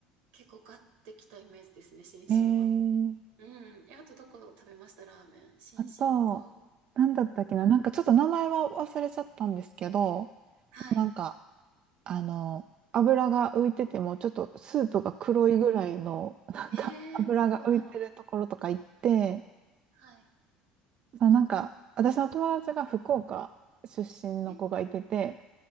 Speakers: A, on the right; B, on the right.
A: 結構買ってきたイメージですね、心身は。
B: えー、
A: うん。え、あとどこ食べましたラーメン。心身と、
B: あと、なんだったっけななんか、
A: うん
B: ちょっと名前は忘れちゃったんですけど、
A: はい。
B: なんか、あの、油が浮いてても、ちょっとスープが黒いぐらいの、
A: うん
B: <laughs> なんか油が浮いてるところとか行って、
A: えー、どこだろう。はい。
B: あ、なんか、私の友達が福岡出身の子がいてて、
A: えー、